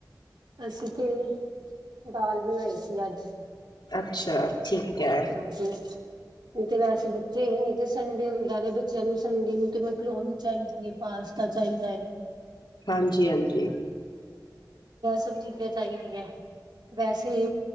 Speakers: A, on the right; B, on the left.
A: ਅਸੀਂ ਤੇ ਦਾਲ ਬਨਾਈ ਸੀ ਅੱਜ
B: ਅੱਛਾ ਠੀਕ ਹੈ
A: ਹਾਂਜੀ ਨਹੀਂ ਤੇ ਵੈਸੇ ਬੱਚੇ ਨਹੀਂ ਤੇ ਸੰਡੇ ਹੁੰਦਾ ਤੇ ਬੱਚਿਆਂ ਨੂੰ ਸੰਡੇ ਨੂੰ ਤੇ ਮੈਂ ਮੈਕਰੋਨੀ ਚਾਹੀਦੀ ਹੈ ਪਾਸਤਾਂ ਚਾਹੀਦਾ ਹੈ
B: ਹਾਂਜੀ ਹਾਂਜੀ
A: ਸਭ ਚੀਜ਼ਾਂ ਚਾਹੀਦੀਆਂ ਵੈਸੇ